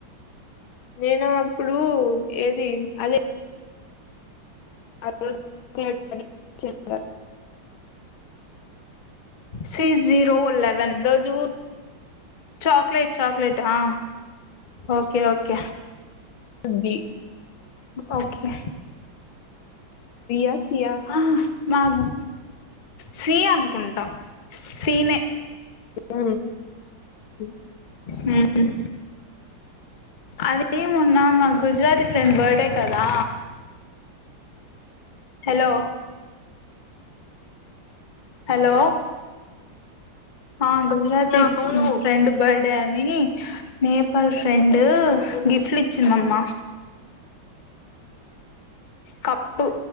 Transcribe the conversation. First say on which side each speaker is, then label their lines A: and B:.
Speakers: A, on the left; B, on the left.
A: నేను అప్పుడు ఏది అదే అ <unintelligible> అ
B: సి జీరో ల్లా వెన్
A: రోజు
B: చాక్లేట్ చాక్లెట్ ఆ ఓకే ఓకే
A: బి
B: ఓకే
A: బియా సియా
B: ఆ మాకు సీ అనుకుంటా సీనే
A: ఆ సీ
B: హు మ్ అదేమున్నా మా గుజరాతీ ఫ్రెండ్ బర్త్డే కదా హలో హలో ఆ గుజరాతీ
A: అవును
B: ఫ్రెండ్ బర్డ్ డే అని నేపాల్ ఫ్రెండు గిఫ్ట్లు ఇచ్చిందమ్మా కప్పు